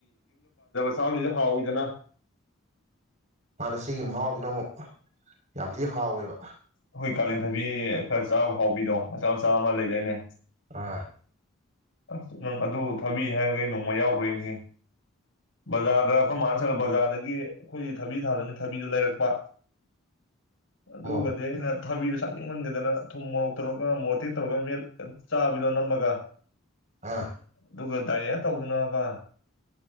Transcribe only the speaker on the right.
ꯃꯥꯥꯟꯅꯦ ꯁꯤꯒꯤ ꯃꯍꯥꯎꯁꯤꯅ ꯑꯃꯨꯛ ꯌꯥꯝ ꯊꯤ ꯍꯥꯎꯋꯦꯕ
ꯑ
ꯑꯣ
ꯑꯥ